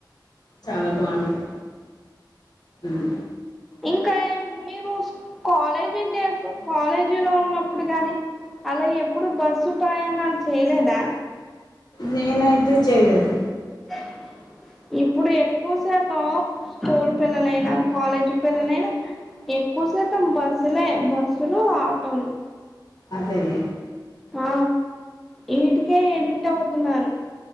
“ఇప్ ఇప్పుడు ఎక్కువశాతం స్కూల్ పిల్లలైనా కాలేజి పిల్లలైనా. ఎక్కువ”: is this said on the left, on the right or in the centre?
Centre